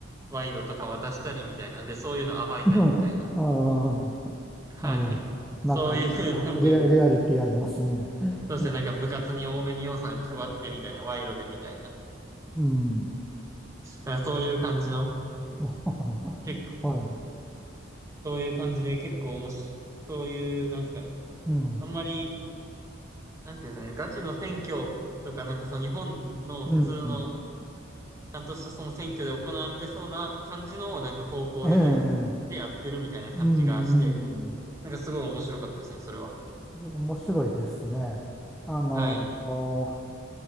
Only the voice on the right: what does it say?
賄賂とか渡したりみたいなんで、そういうの暴いたりみたいな。
はい。
そういう、なんていうの、
そうですね、なんか部活に多めに予算配ってみたいな、賄賂でみたいな。
あそういう感じの、
結構、
そういう感じで結構面白い、そういう、なんですか、
あんまり、なんていうんですかね、ガチの選挙とか、なんかその日本の普通の、
ちゃんとしたその選挙で行われてそうな感じの、なんか高校でもやっ、
でやってるみたいな感じがして、
なんかすごい面白かったですね、それは。
はい。